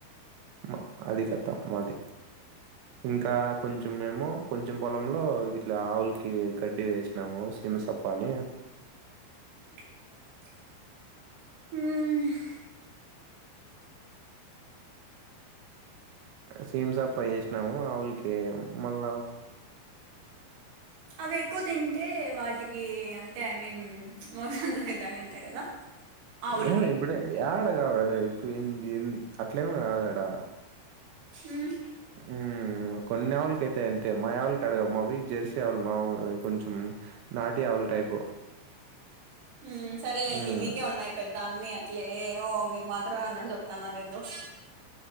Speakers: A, on the right; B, on the right.
A: మా అది కధ మాది ఇంకా కొంచెం ఏమో కొంచెం పొలంలో ఇట్లా ఆవులికి గడ్డి వేసి ఏమో సిమా సప్పని
B: హ్
A: సీమ్ సప్ప ఏసి నవు ఆవులీకి మళ్ళ
B: అవి ఎక్కువ తింటే వాటికి అంటే ఐ మీన్ మోషన్స అయితాయింటా కదా ఆవులకి
A: ఏ ఇప్పుడే యాడ కావడా ఎక్కువంది అట్లేం కాదాడా
B: హ్మ్
A: ఉ కొన్ని ఆవులకైతయి అంతే మా ఆవుళ్ళకి కడగ మావి జర్సీ ఆవుళ్ళ మాయి కొంచెం నాటి ఆవుల టైపు
B: ఉ సరేలేండి
A: హ్మ్.
B: మీకే ఉన్నాయి. దాన్ని అట్లే వో మీరు మాత్రమే ఉన్నట్డు చెప్త ఉన్నారు ఎందొ